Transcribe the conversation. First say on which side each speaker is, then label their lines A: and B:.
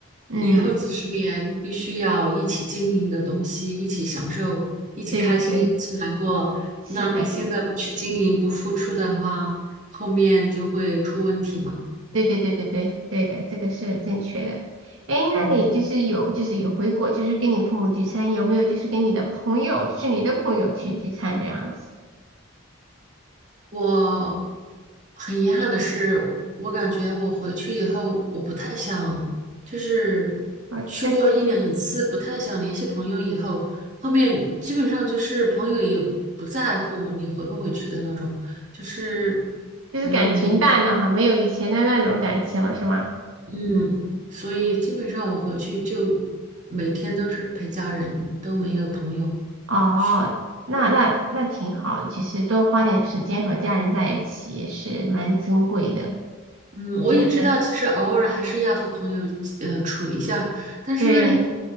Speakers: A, on the right; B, on the right.
A: 嗯，
B: 以后几十年必须要一起经营的东西，一起享受，一起开心，
A: 对对对，
B: 一起难过。
A: 是的，
B: 那你现在不去经营，
A: 是的
B: 不付出的话，后面就会出问题嘛。
A: 对对对对对对的，这个是正确的。哎，那你就是有就是有回国，
B: 嗯。
A: 就是跟你父母聚餐，有没有就是跟你的朋友，就是你的朋友去聚餐这样子？
B: 我很遗憾的是，我感觉我回去以后，我不太想，就是
A: 啊，
B: 去过一两次，
A: 但是
B: 不太想联系朋友以后，后面基本上就是朋友也不在乎你回不回去的那种，就是，
A: 就是感情淡了哈，
B: 嗯
A: 没有以前的那种感情了，是吗？
B: 嗯，所以基本上我回去就每天都是陪家人，都没有朋友
A: 哦，
B: 去。
A: 那那那挺好的，其实多花点时间和家人在一起也是蛮珍贵的，
B: 嗯，我也知道，
A: 真的。
B: 其实偶尔还是要和朋友呃处一下，但是。
A: 对，